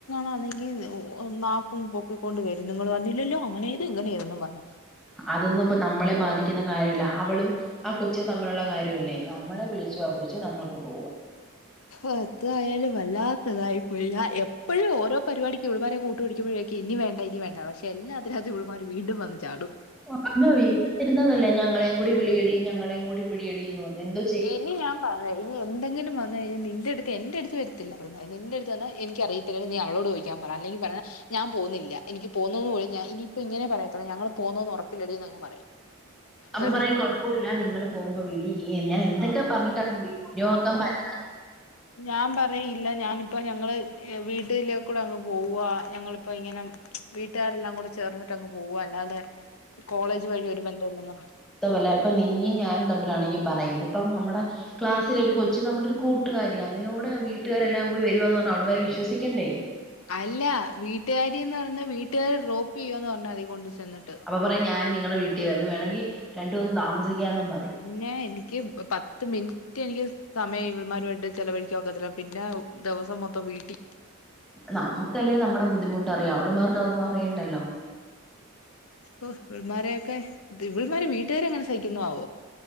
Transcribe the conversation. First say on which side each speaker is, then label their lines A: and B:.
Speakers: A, on the left; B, in the centre.
A: വീട്ടിലെങ്ങാണം ആന്നെങ്കിൽ !!!!!!!!!!!!!!!!!!!!!!!!!!!
B: അതൊന്നും ഇപ്പ നമ്മളെ ബാധിക്കുന്ന കാര്യല്ല അവളും ആ കൊച്ചും തമ്മിലുള്ള കാര്യമല്ലേ നമ്മളെ വിളിച്ചു ആകൊച്ച് നമ്മൾക്ക് പോവുക
A: അത് എന്തുവായാലും വല്ലാത്തിതായി എല്ല എപ്പോഴും ഓരോ പരിപാടിക്കും ഇവളുമാരെ കൂട്ടു പിടിക്കുമ്പഴേക്കും ഇനി വേണ്ട ഇനി വേണ്ട പക്ഷെ എല്ലാ ഇതിനകത്തും ഇവള് മാര് വീണ്ടും വന്ന് ചാടും
B: <unintelligible> രുന്നതല്ലേ ഞങ്ങളെയും കൂടി വിളിയടി ഞങ്ങളേയും കൂടി പിടിയെടിന്ന് പറഞ്ഞ് എന്ത്
A: ഇനി ഞാൻ പറഞ്ഞ് ഇനി എന്തെങ്കിലും വന്നു കഴിഞ്ഞാ നിന്റെ അടുത്ത് എന്റെ അടുത്ത് വരത്തില്ല അവള് മാര് നിന്റെ അടുത്ത് സ്ഥലംഎനിക്കറിയത്തില്ല നീ അവളോട് ചോദിക്കാൻ പറയാ അല്ലെങ്കി പറയണം ഞാൻ പോന്നില്ല എനിക്ക് പോന്നുന്ന് പോലും ഞാൻ ഇനിയിപ്പൊ ഇങ്ങനെ പറയത്തൊള്ള് ഞങ്ങള് പോന്നോന്ന് ഉറപ്പില്ലടിന്നങ്ങ് പറയും
B: അപ്പൊ
A: എന്നിട്ട്
B: പറയും കുഴപ്പമില്ല നിങ്ങള് പോകുമ്പോ വിളി ഞാൻ എന്തൊക്കെ പറഞ്ഞിട്ട <unintelligible> നോക്കാൻ പറ്റാത്ത
A: ഞാൻ പറയും ഇല്ല ഞാനിപ്പോ ഞങ്ങള് വീട്ടില കൂടെ അങ്ങ് പോവാ ഞങ്ങളിപ്പോ ഇങ്ങനെ വീട്ടുകാരെല്ലാം കൂടെ ചേർന്നിട്ടങ്ങ് പോവ അല്ലാതെ കോളേജ് വഴി ഒരു ബന്ധം ഇല്ലെന്നങ്ങ്
B: മല്ല ഇപ്പൊ നിയും ഞാനും തമ്മിലാണെങ്കി പറയും ഇത് ഇപ്പ നമ്മുടെ ക്ലാസ്സില ഒരു കൊച്ച് നമ്മട ഒരു കൂട്ടുകാരിയ അതിനോട് വീട്ടുകാരെല്ലാം കൂടി വരുമെന്ന് പറഞ്ഞാ അവള്മാര് വിശ്വസിക്കേണ്ടേ
A: അല്ല വീട്ടുകാരിന്ന് പറഞ്ഞാ വീട്ടുകാര് ഡ്രോപ്പ് ചെയ്യുവാന്ന് പറഞ്ഞാ മതി കൊണ്ട് ചെന്നിട്ട്
B: അപ്പൊ പറയും ഞാൻ നിങ്ങടെ വീട്ടി വന്ന് വേണെങ്കി രണ്ടു ദിവസം താമസിക്കാന്നും
A: ആഹ്
B: പറയും
A: പിന്നെ എനിക്ക് പത്ത് മിനിറ്റ് എനിക്ക് സമയം ഇവള്മാരുവായിട്ട് ചെലവഴിക്കാൻ ഒക്കത്തില്ല പിന്ന ദിവസം മൊത്തം വീട്ടിൽ
B: നമുക്കല്ലേ നമ്മുടെ ബുദ്ധിമുട്ട് അറിയാ അവള്മാർക്ക് അതൊന്നും അറിയണ്ടല്ലോ
A: ഓ ഇവൾമാരെയൊക്കെ ദിവിൾമാരെ വീട്ടുകാര് എങ്ങനെ സഹിക്കുന്നൊ ആവോ